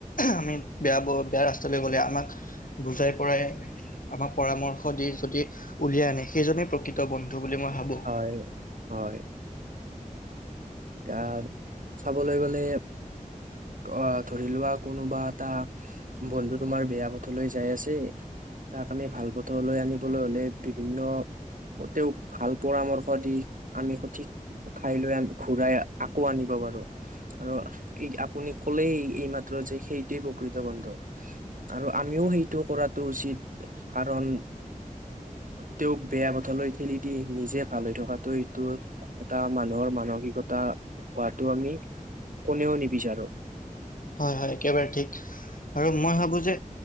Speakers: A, on the left; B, on the right.
A: আমি বেয়া বেয়া ৰাস্তালৈ গ'লে আমাক বুজাই পৰাই আমাক পৰামৰ্শ দি যদি উলিয়াই আনে সেইজনে প্ৰকৃত বন্ধু বুলি মই ভাবোঁ
B: হয় হয়। এতিয়া চাবলে গ'লে অ ধৰি লোৱা, কোনোবা এটা বন্ধু তোমাৰ বেয়া পথলৈ যায় আছে্ তাক আমি ভাল পথৰলৈ আনিবলৈ হলে বিভিন্ন তেওঁক ভাল পৰামৰ্শ দি আমি সঠিক ঠাইলৈ আনো ঘূৰাই আকৌ আনিব পাৰোঁ আৰু এই আপুনি কলেই এইমাত্ৰ যে সেইটোৱে কৃত বন্ধু, আৰু আমিও সেইটো কৰাটো উচিত কাৰণ, তেওঁক বেয়া পথলৈ ঠেলি দি নিজে ভাল হৈ থকাটো এইটো এটা মানুহৰ মানসিক কতা, হোৱাটো আমি কোনেও নিবিচাৰোঁ।
A: হয় হয় একেবাৰে ঠিক আৰু মই ভাবো যে